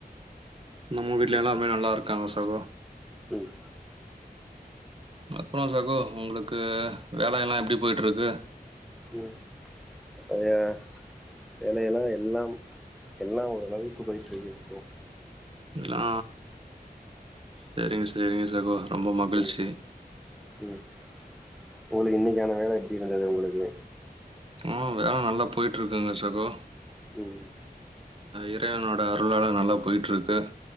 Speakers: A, on the right; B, in the centre.
A: நம்ம வீட்ல எல்லோருமே நல்லா இருக்காங்க சகோ
B: ம்
A: அப்பறோ சகோ உங்களுக்கு வேலயெல்லா எப்டி போய்டிருக்கு
B: ம் அது ஏ வேலையெல்லா எல்லாம் எல்லா ஓரளவுக்கு போய்ட்ருக்கு ப்ரோ
A: இதல்லா செரிங்க செரிங்க சகோ ரொம்ப
B: இருக்கு
A: மகிழ்ச்சி
B: ம் ம் உங்களுக்கு இன்னிக்கான வேல எப்டி இருந்தது உங்களுக்கு
A: ம் வேல நல்லா போய்ட்ருக்குங்க சகோ
B: ம்
A: இறைவனோட அருளால நல்லா போய்ட்டுருக்கு